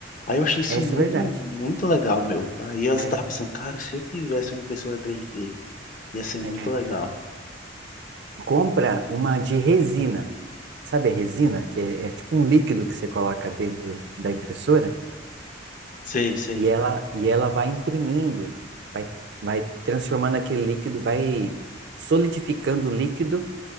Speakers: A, on the left; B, on the right.
A: Aí eu achei isso
B: É, isso
A: muito,
B: é verdade.
A: muito legal, meu. Aí eu estava
B: É,
A: pensando, cara, se eu tivesse uma impressora 3D, ia ser muito
B: é.
A: legal.
B: Compra uma de resina. Sabe a resina? Que é, é tipo um líquido que você coloca dentro da impressora
A: Sei, sei.
B: e ela, e ela vai imprimindo, vai, vai transformando aquele líquido, vai solidificando o líquido